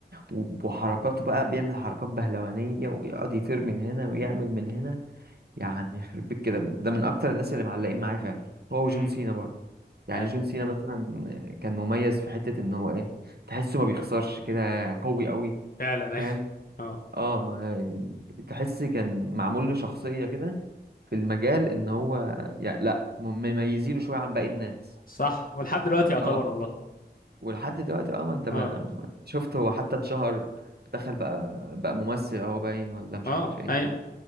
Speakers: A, on the right; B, on the left.
A: و- وحركاته بقى بيعمل حركات بهلوانية ويقعد يطير من هنا ويعمل من هنا يعني يخرب بيت كده ده من أكتر الناس اللي معلقين معايا فعلا هو
B: امم
A: وجون سينا برضو يعني
B: اي
A: جون سينا مثلا كان مميز في حتة ان هو ايه تحسه ما بيخسرش كده قوي قوي
B: فعلا
A: فاهم
B: اي اه
A: اه ما تحس كان معمول له شخصية كده في المجال ان هو يعني لا مميزينه شوية عن باقي الناس
B: صح ولحد
A: وف-
B: دلوقتي يعتبر
A: اه
B: والله
A: ولحد دلوقتي اه ما انت
B: اه
A: ما ما- شفت هو حتى اتشهر دخل بقى بقى ممثل اهو باين ولا مش
B: اه
A: عارف ايه
B: اي